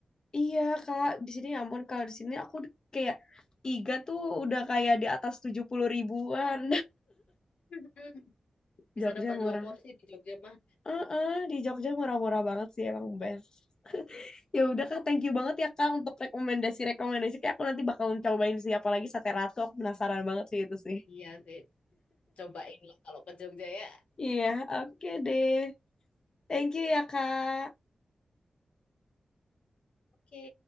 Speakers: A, on the left; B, on the left.
A: iya Kak, di sini ya ampun kalau di sini aku kayak iga tuh udah kayak di atas 70 ribuan.
B: Mm-mm.
A: <laughs>
B: Bisa dapat
A: Jogja murah.
B: dua porsi di Jogja mah.
A: Heeh, di Jogja murah-murah banget sih emang best. <laughs> Ya udah Kak, thank you banget ya Kak untuk rekomendasi-rekomendasi. Kayak aku nanti bakalan cobain sih apalagi sate ratu. Aku penasaran banget sih itu sih.
B: Iya sih, cobain lah kalau ke Jogja ya.
A: Iya, oke deh. Thank you ya Kak.
B: Oke.